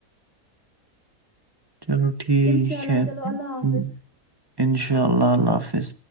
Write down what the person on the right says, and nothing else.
چلو ٹھیک
ہے
ان
شاءلہ ان شاء اللہ ال حافظ